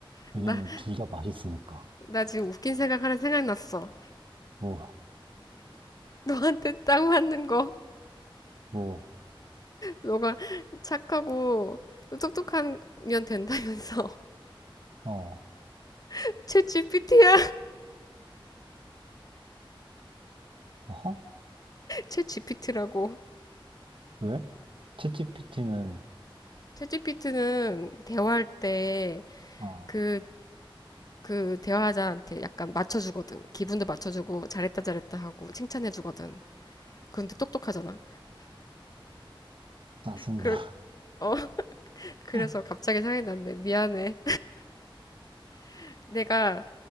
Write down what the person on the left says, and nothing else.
나,
나 지금 웃긴 생각 하나 생각났어.
너한테 딱 맞는 거.
너가 착하고 똑똑한 년 된다면서.
<laughs> 챗GPT야.
챗GPT라고.
챗지피트는 대화할 때
그, 그 대화자한테 약간 맞춰주거든. 기분도 맞춰주고 잘했다 잘했다 하고 칭찬해주거든. 그런데 똑똑하잖아.
그, 어, <laughs> 그래서
갑자기 생각이 났네. 미안해. <laughs> 내가,